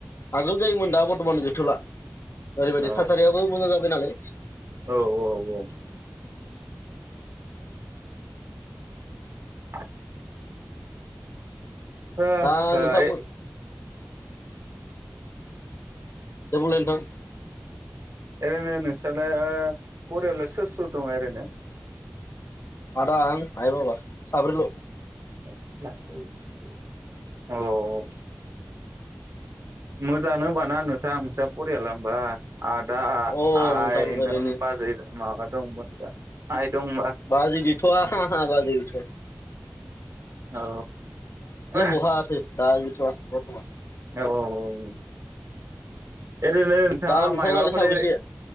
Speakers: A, on the left (about 65°); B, on the right (about 75°).
A: आगोल जायोमोन दा बरथमान गैथ'ला ओरैबायदि
B: औ
A: थासारियाबो मोजां जाबाय नालाय ।
B: औ औ <inaudible> हो
A: दा
B: हाय
A: नोंथांमोन थेवबोलै नोंथां?
B: ओरैनो नोंसोरो परेलै सोर सोर दं आरैनो?
A: आदा आं आय बाबा साब्रैल ।
B: औ औ मोजाङानो होमबाना नोंथाङ नोंस्रा फरियाला होमबा । आदा
A: अ
B: आइ
A: नोंथां ओरैनो
B: नों बाजै माबा दंमोन दा आइ दंबा
A: बाजै गैथ'आ हा बाजै गैथ'आ
B: औ औ
A: बहाथो दा गैथ'आ बरथमान
B: औ औ औ ओरैनो नोंथाङा
A: दा नोंथांलाहालाय
B: मयबाफोर
A: साबैसे